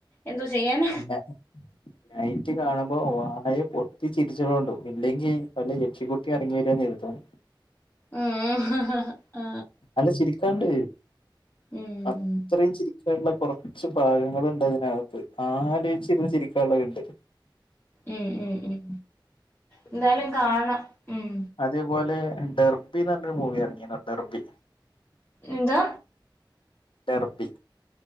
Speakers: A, on the left; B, on the left.
A: എന്തോ ചെയ്യാന?
B: പിന്നേ? നൈറ്റ് കാണുമ്പോ വായ പൊത്തി ചിരിച്ചൊളോണ്ടൂ ഇല്ലെങ്കിൽ വല്ല യക്ഷിക്കുട്ടി ഇറങ്ങി വരാന്ന് കര്തും.
A: ആഹ് ഹ ഹ
B: അല്ല ചിരിക്കാണ്ട്
A: ഉം
B: അത്രയും
A: ഉം
B: ചിരിക്കാനുള്ള കൊ കൊറച്ച് ഭാഗങ്ങളുണ്ട് അതിനത്ത് ആലോച്ചിരുന്ന് ചിരിക്കാനുള്ളണ്ട്.
A: ഉം ഉം ഉം എന്താലും കാണണം ഉം.
B: അതേപോലെ ഡെർബിന്ന് പറഞ്ഞൊരു മൂവി ഇറങ്ങിണ് ഡെർബി.
A: എന്താ?
B: ഡർബി.